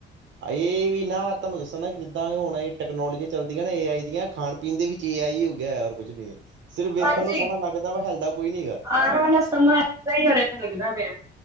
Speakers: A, on the right (about 70°); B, on the right (about 15°).
A: ਇਹ ਵੀ ਨਾ ਤੁਹਾਨੂੰ ਦੱਸਣ ਨਾ ਜਿੱਦਾਂ ਹੁਣ, ਇਹ ਟੈਕਨੋਲੋਜੀਆਂ ਚੱਲਦੀਆਂ ਨਾ ਇਹ ਆਈ ਦੀਆਂ ਖਾਣ ਚੀਨ ਦੇ ਵਿੱਚ ਵੀ ਏਆਈ ਹੋ ਗਿਆ ਹੋਰ ਕੁਝ ਨਹੀਂ ਹੈ। ਸਿਰਫ ਵੇਖਣ
B: ਹਾਂਜੀ।
A: ਨੂੰ ਸੋਹਣਾ ਲੱਗਦਾ ਵਾ, ਹਿਲਦਾ ਕੋਈ ਨੀ‌ ਹੈਗਾ
B: ਆਉਣ ਵਾਲਾ ਸਮਾਂ ਏਦਾਂ ਹੀ ਹੋ ਰਿਹਾ ਲੱਗਦਾ ਪਿਆ